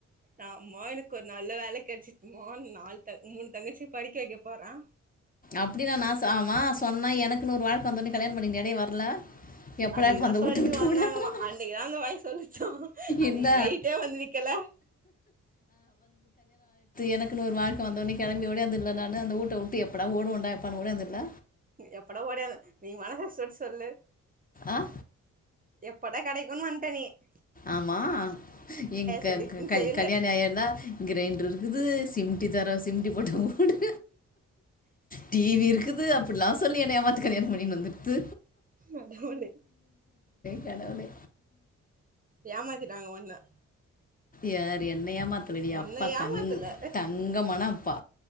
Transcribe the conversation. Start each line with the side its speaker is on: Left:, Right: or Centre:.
Right: ஆ அம்மா எனக்கு ஒரு நல்ல வேலை கிடைச்சுக்குமோ நாலு த மூணு தங்கச்சி படிக்க வைக்க போறேன்
Left: அப்படிின் நான் நான் ஆமா சொன்னா எனக்குன்ன ஒரு வாழ்க்கை வந்தோன்னே கல்யாண பண்ணிங்க அப்படி வரல எப்படா
Right: அன்னைக்குதான்
Left: இப்போ அந்த
Right: சொல்லிட்டு
Left: விட்டு விட்டு
Right: வந்தாங்கமா
Left: விடலாம்
Right: அன்னைக்குதான் அந்த வய சொல்லிச்சோம் அன்னைக்கு
Left: என்ன
Right: நைட்டே வந்து நிக்கல
Left: எனக்கு ஒரு வாழ்கை வந்த உடனே கிளம்பி ஓடியந்ததல நானு அந்த ஊட்ட உட்டு எப்பட ஓடும் ண்டா ப்பான ஓடியந்தல
Right: எப்படா ஓடிய நீ மனசட்டு சொல்லு
Left: ஆ
Right: எப்படா கிடைக்கும் <unintelligible>
Left: ஆமா எங்க
Right: சொல்லிட்டுன்னு செய்யல
Left: கல்யாணி ஆய இருந்தா கிரைண்டர் இருக்குது சிமிட்டி தர சிமிட்டி போட்ட போடு டிவி இருக்குது இப்டிலா சொல்லி ஏமாத்து கல்யாண பணின்னு வந்துடுது
Right: கடவுளே
Left: கடவுளே
Right: ஏமாத்திட்டாங்க ஒன்ன
Left: யார் என்னயமா தடிய
Right: ஒன்ன
Left: அப்பா
Right: ஏமாத்தல
Left: தங் தங்க மணம் அப்பா